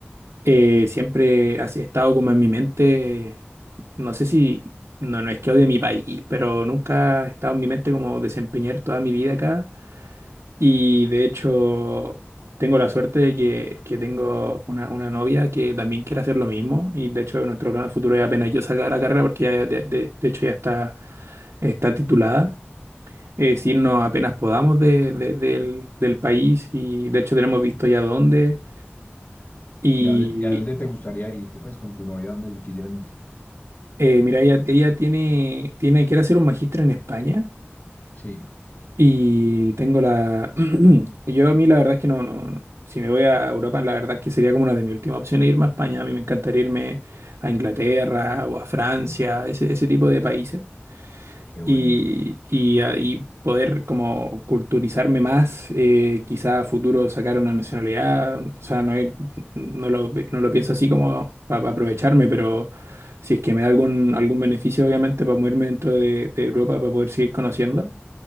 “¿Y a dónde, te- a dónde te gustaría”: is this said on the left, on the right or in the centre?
Left